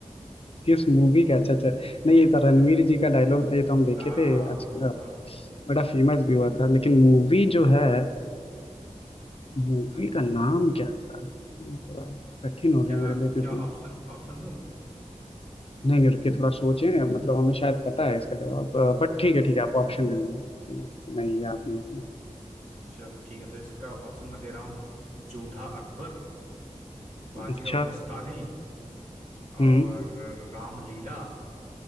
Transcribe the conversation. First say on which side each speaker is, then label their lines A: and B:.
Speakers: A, on the left; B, on the right.
A: किस मूवी का अच्छा अच्छा नहीं ये तो रणवीर
B: हाँ
A: जी का डायलॉग था ये तो हम देखे
B: हाँ
A: थे आज
B: हाँ,
A: अ,
B: हाँ।
A: बड़ा फेमस भी हुआ था लेकिन मूवी जो है मूवी
B: हम्म
A: का नाम क्या था ये थोड़ा कठिन हो
B: क्या
A: गया मेरे लिए क्योंकि
B: क्या ऑप्शन ऑप्शन दूं
A: नहीं नहीं रुकिए थोड़ा सोचें मतलब हमें शायद पता है इसका जवाब बट ठीक है ठीक है आप ऑप्शन दे दीजिए नहीं याद नहीं होता
B: चलो ठीक है तो इसका ऑप्शन मैं दे रहा हूँ जोधा अकबर बाजीराव
A: अच्छा
B: मस्तानी और
A: हम्म
B: रामलीला